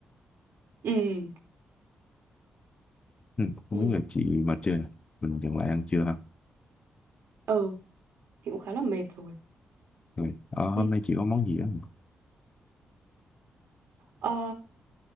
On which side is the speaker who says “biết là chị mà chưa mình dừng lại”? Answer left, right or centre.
Left